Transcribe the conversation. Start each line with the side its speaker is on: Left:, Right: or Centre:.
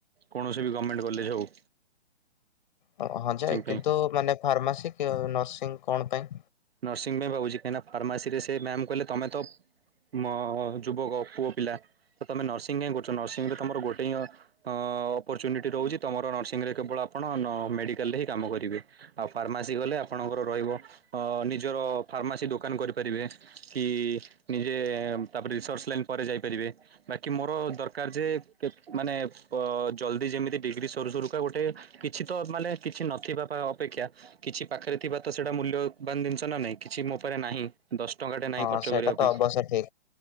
Right: କୌଣସି ବି ଗମେଣ୍ଟ କଲେଜ ହଉ।
Left: ହଁ, ହଁ ଯେ, କିନ୍ତୁ
Right: ପାଇଁ
Left: ମାନେ ଫାର୍ମାସି କି ନର୍ସିଂ କଣ ପାଇଁ?
Right: ନର୍ସିଂ ପାଇଁ ଭାବୁଚି, କାହିଁକିନା ଫାର୍ମାସିରେ ସେ ମ୍ୟାମ୍ କହିଲେ ତମେ ତ ମୋ ଯୁବକ, ପୁଅ ପିଲା, ତ ତମେ ନର୍ସିଂ କାହିଁ କରୁଚ? ନର୍ସିଂ ରେ ତମର ଗୋଟେ ହିଁ ଅଁ ଅପର୍ର୍ଚୁନିଟି ରହୁଚି, ତମର ନର୍ସିଂରେ କେବଳ ଆପଣ ମେଡିକାଲରେ ହିଁ କାମ କରିବେ। ଆଉ ଫାର୍ମାସି ଗଲେ ଆପଣଙ୍କର ରହିବ ନିଜର ଫାର୍ମାସି ଦୋକାନ କରିପାରିବେ। କି ନିଜେ ତାପରେ ରିସର୍ଚ ଲାଇନ ପରେ ଯାଇପାରିବେ। ବାକି ମୋର ଦରକାର ଯେ ମାନେ ପ ଜଲ୍ଦି ଯେମିତି ଡିଗ୍ରୀ ସରୁସରୁକା ଗୋଟେ କିଛି ତ ମାନେ କିଛି ନଥିବା ଅପେକ୍ଷା କିଛି ପାଖରେ ଥିବା ତ ସେଇଟା ମୂଲ୍ୟବାନ ଜିନିଷ ନ ନାହିଁ କିଛି ମୋ ଉପରେ ନାହିଁ। ଦଶ ଟଙ୍କାଟେ
Left: ହଁ
Right: ନାହିଁ ଖର୍ଚ୍ଚ
Left: ସେଇଟା
Right: କରିବା
Left: ତ
Right: ପାଇଁ।
Left: ଅବଶ୍ୟ ଠିକ।